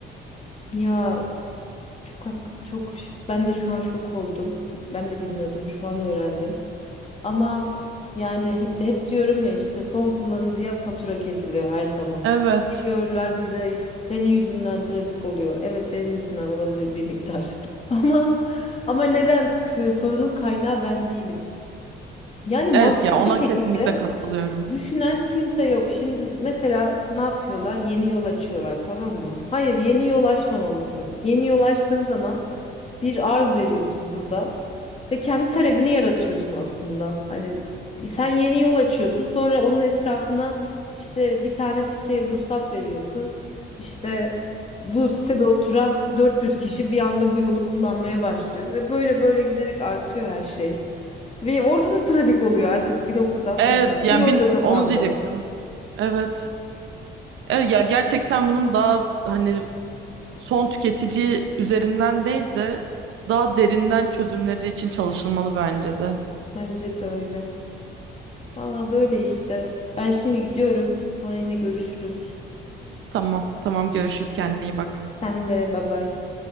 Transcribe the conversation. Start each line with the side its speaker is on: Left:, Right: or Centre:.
Left: Ya Çok hak- çok ş- ben de şu an şok oldum. Ben de bilmiyordum. Şu an öğrendim. Ama yani hep, hep diyorum ya işte son kullanıcıya fatura kesiliyor her zaman.
Right: Evet.
Left: Geliyorlar bize işte senin yüzünden trafik oluyor. Evet benim yüzümden olabilir bir miktar. <laughs> Ama ama neden sorunun kaynağı ben değilim. Yani mantıklı
Right: Evet ya ona
Left: bir şekilde
Right: kesinlikle katılıyorum.
Left: Düşünen kimse yok. Şimdi mesela ne yapıyorlar? Yeni yol açıyorlar, tamam mı? Hayır, yeni yol açmamalısın. Yeni yol açtığın zaman bir arz veriyorsun burada ve kendi talebini yaratıyorsun aslında. Hani sen yeni yol açıyorsun, sonra onun etrafına işte bir tane siteye ruhsat veriyorsun. İşte bu sitede oturan 400 kişi bir anda bu yolu kullanmaya başlıyor ve böyle böyle giderek artıyor her şey. Ve orada da trafik oluyor artık bir noktadan sonra.
Right: Evet yani
Left: Bu yol
Right: bin,
Left: da kapandı.
Right: onu diyecektim. Evet. Evet ya gerçekten bunun daha hani son tüketici üzerinden değil de daha derinden çözümleri için çalışılmalı bence de.
Left: Bence de öyle. Valla böyle işte. Ben şimdi gidiyorum. Sonra yine görüşürüz.
Right: Tamam, tamam görüşürüz kendine iyi bak.
Left: Sen de bay bay.